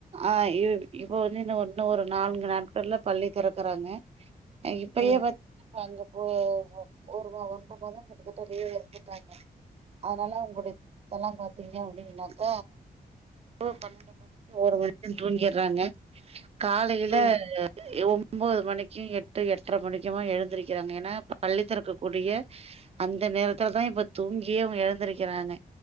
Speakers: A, on the right; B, on the left.
A: ஆ இ இப்ப வந்து இன்னு இன்னு ஒரு நான்கு நாட்கள்ல பள்ளி திறக்குறாங்க அ இப்பயே
B: ம் ம்
A: பாத் இப்ப அங்க போ றாங்க ஒருமா ஒன்ற மாதோ கிட்டத்தட்ட லீவ்ல இருந்துட்டாங்க அதுனால அவங்களுடை தெல்லா பாத்தீங்க அப்டின்னாக்க இப்போ பனண்டு மணிக்கு ஒரு மணி தூங்கிர்றாங்க காலையில
B: ம்
A: ஒம்போது மணிக்கு எட்டு எட்ர மணிக்கெலா எழுந்திருக்கிறாங்க ஏன்னா பள்ளித்திறக்க கூடிய அந்த நேரத்துலதா இப்ப தூங்கியே அவங்க எழுந்திருக்கிறாங்க